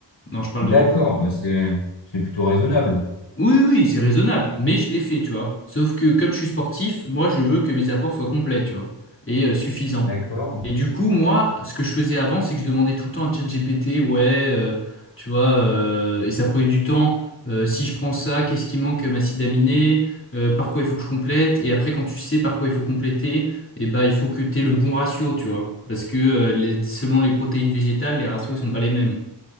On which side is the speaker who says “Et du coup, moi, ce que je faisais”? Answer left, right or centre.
Left